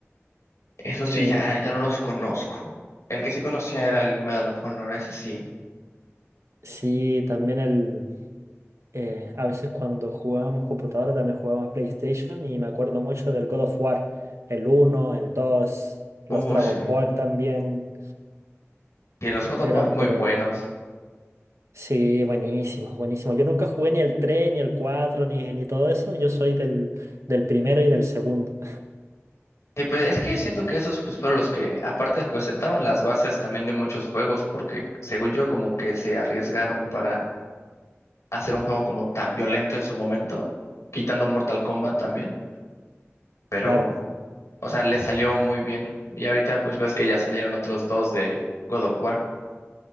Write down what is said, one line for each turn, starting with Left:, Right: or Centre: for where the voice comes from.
Left: Eso sí,
Right: el-
Left: ya, ya no los conozco. El que sí conocía era el Medal of Honor, ese sí.
Right: Sí, también el... eh, a veces cuando jugábamos computadora también jugábamos PlayStation y me acuerdo mucho del God of War, el uno el 2 los
Left: Uh,
Right: Dragon
Left: sí.
Right: Ball también
Left: Y los God
Right: eran,
Left: of War muy
Right: pero...
Left: buenos.
Right: Sí, buenísimo, buenísimo. Yo nunca jugué ni el 3 ni el 4 ni, ni todo eso. Yo soy del, del primero y del segundo.
Left: Sí, pues es que siento que esos pues fueron los que aparte pues sentaron las bases también de muchos juegos porque según yo como que se arriesgaron para hacer un juego como tan violento en su momento, quitando Mortal Kombat también, pero
Right: Claro,
Left: o sea, le salió muy bien. Y ahorita pues ves que ya salieron otros dos de God of War.